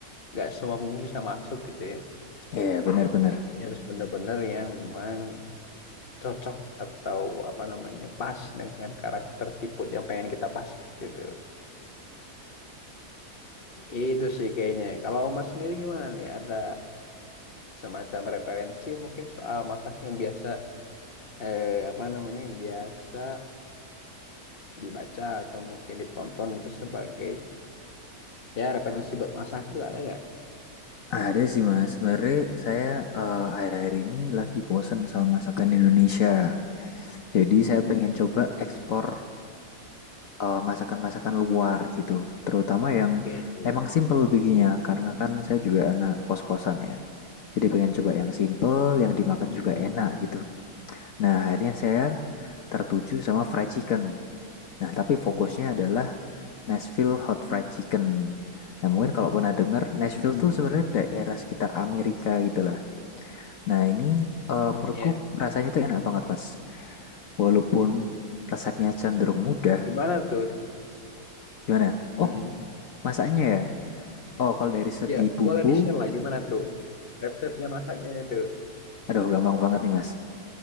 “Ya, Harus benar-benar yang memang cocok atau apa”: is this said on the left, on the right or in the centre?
Left